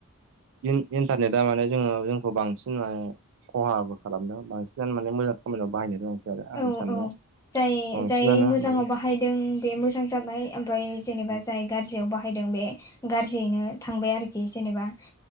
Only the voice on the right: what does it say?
इन्टारनेटआ माने जोङो जोंखौ बांसिन माने खहाबो खालामदों बांसिनानो माने मोजां खामानियाव बाहायनो रोङांसै आरो
आं साननायाव
बांसिनानो
माने
उम